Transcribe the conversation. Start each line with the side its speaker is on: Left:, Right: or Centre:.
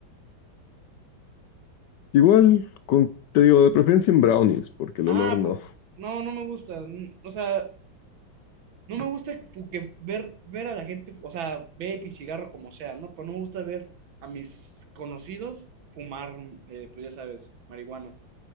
Left: Igual, con, te digo, de preferencia en brownies, porque el
Right: Ah,
Left: olor no.
Right: Sí. porque no, no me gusta, n- o sea, no me gusta que, fu- que ver, ver a la gente, fu- o sea, vape y cigarro como sea, ¿no? Pero no me gusta ver a mis conocidos fumar, eh, pues ya sabes, marihuana.